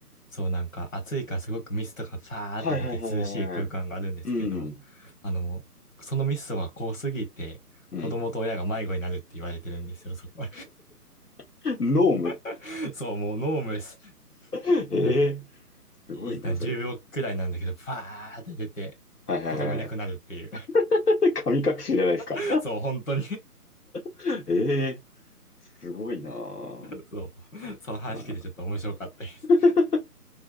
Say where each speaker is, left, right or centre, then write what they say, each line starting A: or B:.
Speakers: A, on the left; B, on the left.
A: そう、なんか、暑いからすごくミストがファーって出て涼しい空間があるんですけど、
B: はいはいはいはいはい。うん、
A: あの、もう、そのミストが濃すぎて、
B: うん。
A: 子供と親が迷子になるって言われてるんですよ、そこ。
B: <laughs> ノーム。
A: <laughs> そう、もうノームです。
B: <laughs> ええ
A: なんか
B: すごいな、
A: いいな、
B: それ。
A: 10秒くらいなんだけど、バーって出て、
B: はいはいはい。
A: 子供いなくなるっていう。
B: <laughs> 神隠しじゃないですか。
A: <laughs> そう、本当に
B: <laughs> ええすごいな。
A: <laughs> そう。その話聞いてちょっと面白かったです。
B: まあ、<laughs> い